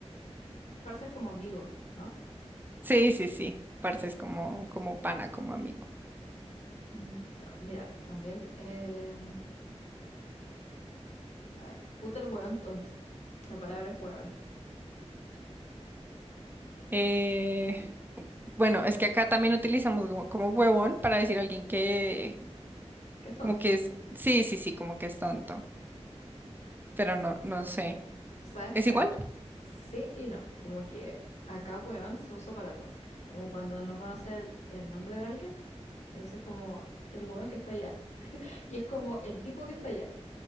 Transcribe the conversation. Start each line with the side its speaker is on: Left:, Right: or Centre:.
Left: Parsas como amigos, ¿no?
Right: Sí, sí, sí. Parce
Left: Ya.
Right: es como, como pana, como amigo.
Left: Ujú. Ta- Mira, también, eh, a ver, puta el hueón tonto. La palabra es hueón.
Right: Eh, bueno, es que acá también utilizamos como, como huevón para decir a alguien que,
Left: ¿Qué es tonto?
Right: como que es, sí, sí, sí, como que es tonto. Pero no, no sé.
Left: Pues sabes
Right: ¿Es
Left: que
Right: igual?
Left: ac- sí y no. Como que acá hueón se usa para todo. Como cuando no conoces el, el nombre de alguien, le dices como el hueón que está allá. Y es como el tipo que está allá.